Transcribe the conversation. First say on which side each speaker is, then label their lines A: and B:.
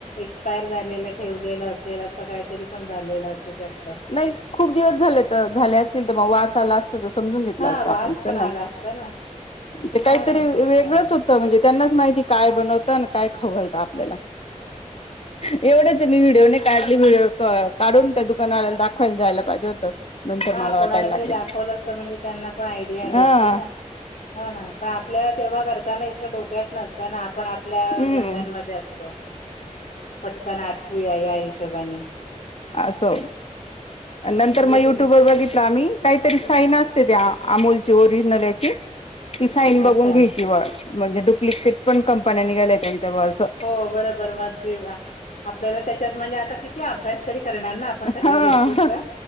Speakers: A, on the left; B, on the left.
A: एक्सपायर झालेलं ठेवलेलं असेल असं काहीतरी पण झालेलं असू शकतं.
B: नाही खूप दिवस झाले तर झाले असतील तर मग वास आला असल. सगळं समजून घेतला
A: हा
B: असत आपण
A: वास
B: चला
A: पण आला असता ना
B: ते काहीतरी
A: काय माहिती काय
B: वेगळंच होत. त म्हणजे त्यांनाच माहिती काय बनवतं आणि काय खऊ घलत आपल्याला. एवढंच आहे मी व्हिडिओने काढली व्हिडओ काढून का तु''--'' बनवलेलं दाखवायला जायला पाहिजे होतं. नंतर
A: हा
B: मला
A: कोणाला
B: वाटायला लागलं
A: तरी दाखवलं अस तर म्हणजे त्यांना पण आयडिया आली
B: हा
A: असती ना. हो ना पण आपल्याला तेव्हा करताना इतकं डोक्यात नसतं. ताना आपण आपल्या
B: हम्म
A: गणगनमध्ये असतो पटकन आटपूया या हिशो''--'' शोभाने.
B: असो नंतर
A: म्हणजे
B: मग युट्युबवर
A: तुम
B: बघितला आम्ही. काहीतरी साईन असते त्या अमूलची ओरिजनलची ती साईन बघून
A: अच्छा
B: घ्यायची व''--'' म्हणजे डुप्लिकेट पण कंपन्यांनीघाल्यात त्यांच्याबुव असं.
A: हो बरोबर मग जे आपल्याला त्याच्यात म्हणजे आता किती अभ्यास. किती करणार ना आपण सगळ्या
B: हा
A: गोष्टीचं